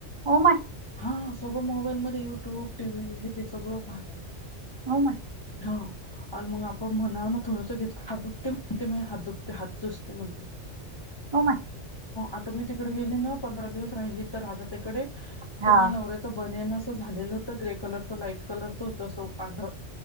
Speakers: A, on the right; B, on the left.
A: ओ माय
B: हा सगळं मोबाईल मध्ये युट्यूब टी व्ही हे ते सगळं पाहते
A: हो म
B: आणि मग व म्हणा थोडंस घेत हात दुखते म्हते हात दुखते हात सुसते तिन ते
A: होम
B: आता मी तिकडे गेली ना पंधरा दिवस राहिली तर आलं तिकडे
A: हा
B: तर मग नवऱ्याचं बनयान असं झालेलं होत ग्रे कलरच लाईट कलरच होत असो पांढरं